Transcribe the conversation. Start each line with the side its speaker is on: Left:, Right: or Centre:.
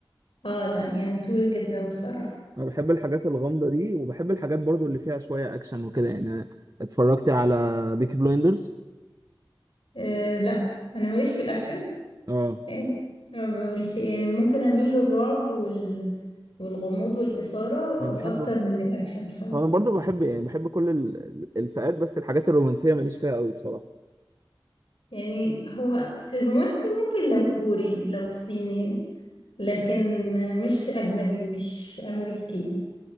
Left: اه لا يعني طويل جدا بصراحة
Right: انا بحب الحاجات الغامضه دي وبحب الحاجات برضو اللي فيها شويه اكشن وكده يعني أنا اتفرجت على بيكي بلايندرز
Left: آه لا انا ماليش في الاكشن
Right: اه
Left: يعني ما بعملش يعني ممكن اميل للرعب وال والغموض والإثارة
Right: انا بحب
Left: اكتر من الاكشن بصراحة
Right: انا برضو بحب يعني بحب كل ال- الفئات بس الحاجات الرومانسيه ماليش فيها قوي بصراحه
Left: يعني هو الرومانسي ممكن لو كوري لو صيني لكن مش أجنبي مش أمريكي يعني